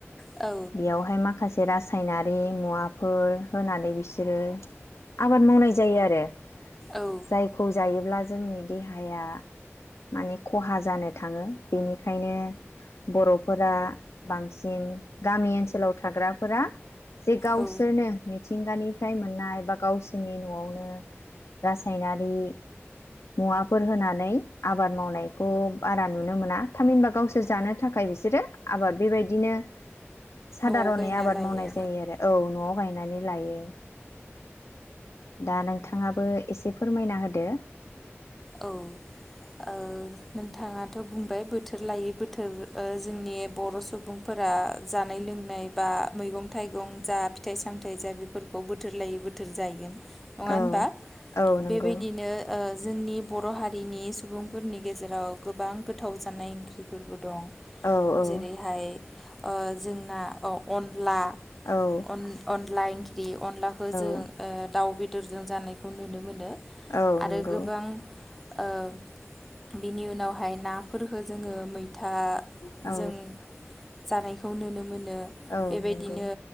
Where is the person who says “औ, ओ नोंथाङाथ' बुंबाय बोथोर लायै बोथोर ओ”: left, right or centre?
Centre